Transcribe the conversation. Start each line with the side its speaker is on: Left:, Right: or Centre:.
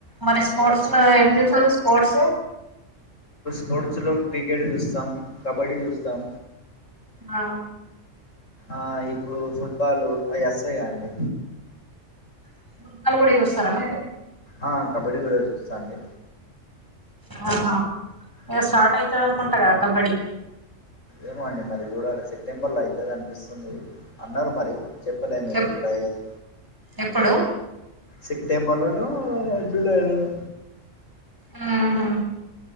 Right: మరి స్పోర్ట్స్
Left: మంచి
Right: లో ఏం చేసారు స్పోర్ట్స్
Left: స్పోర్ట్స్లో క్రికెట్ చూస్తాం కబడ్డీ చూస్తాం
Right: ఆ
Left: ఆ ఇప్పుడు ఫుట్బాలు అవి వస్తాయా అండి
Right: <unintelligible> చూస్తారన్నా ఇది
Left: ఆ కబడ్డీ కూడా చూస్తా అండి
Right: ఆహా ఇక
Left: హ్మ్.
Right: స్టార్ట్ అయ్తాది అనుకుంటా కదా కబడ్డీ
Left: ఏమో అండి మరి చూడాలి సెప్టెంబర్ లో అయితుంది అనిపిస్తుంది అన్నారు మరి చెప్పలేను ఇక
Right: ఎప్
Left: ఎప్పుడయ్యేది
Right: ఎప్పుడు
Left: సెప్టెంబర్ లోను జులైలోను
Right: హ్మ్ హు